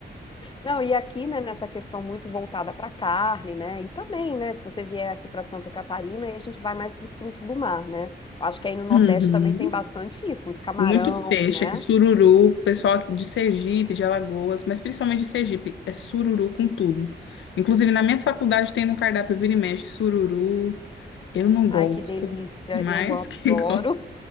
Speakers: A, on the left; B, on the left.
A: Não, e aqui, né, nessa questão muito voltada para carne, né? E também, né, se você vier aqui para Santa Catarina, aí a gente vai mais para os frutos do mar, né? Acho que aí no Nordeste
B: Uhum.
A: também tem bastante isso, muito camarão,
B: Muito peixe
A: né?
B: aqui, sururu, pessoal aqui de Sergipe, de Alagoas, mas principalmente de Sergipe, é sururu com tudo. Inclusive, na minha faculdade tem no cardápio vira e mexe sururu. Eu não
A: Ai,
B: gosto,
A: que delícia.
B: mas
A: Eu adoro.
B: <laughs> quem gosta.